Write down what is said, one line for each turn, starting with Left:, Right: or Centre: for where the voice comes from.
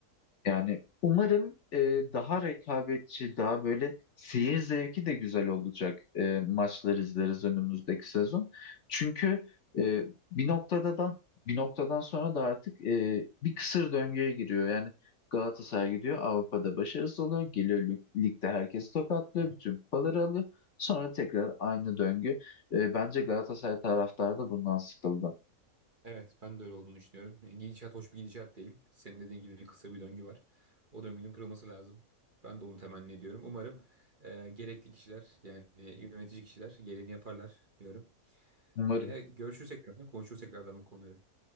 Left: Yani umarım e, daha rekabetçi, daha böyle seyir zevki de güzel olacak e, maçlar izleriz önümüzdeki sezon. Çünkü e, bir noktada da bir noktadan sonra da artık e, bir kısır döngüye giriyor. Yani Galatasaray gidiyor Avrupa'da başarısız oluyor. Geliyor lig- ligde herkesi tokatlıyor.
Right: Evet.
Left: Bütün kupaları alıyor. Sonra tekrar aynı döngü. E, bence Galatasaray taraftarı da bundan sıkıldı.
Right: Evet ben de öyle olduğunu düşünüyorum. Yani gidişat hoş bir gidişat değil. Senin dediğin gibi kısa bir döngü var. O döngünün kırılması lazım. Ben de onu temenni ediyorum. Umarım e, gerekli kişiler yani yönetici kişiler gereğini yaparlar diyorum.
Left: Umarım.
Right: E, görüşürsek tekrardan, konuşuruz tekrardan bu konuları.